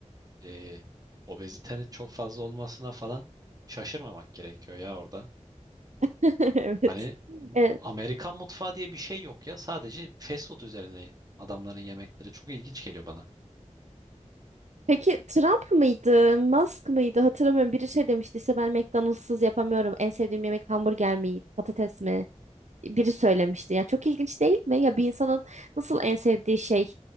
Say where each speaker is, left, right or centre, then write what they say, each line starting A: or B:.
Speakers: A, on the right; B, on the right.
A: e, obezitenin çok fazla olmasına falan şaşırmamak gerekiyor ya orada.
B: <laughs> Evet.
A: Hani m-
B: E,
A: Amerikan mutfağı diye bir şey yok ya. Sadece fast food üzerine adamların yemekleri çok ilginç geliyor bana.
B: Peki Trump mıydı, Musk mıydı hatırlamıyorum. Biri şey demişti işte ben McDonald's'sız yapamıyorum. En sevdiğim yemek hamburger mi, patates mi? Biri söylemişti. Ya çok ilginç değil mi? Ya bir insanın nasıl en sevdiği şey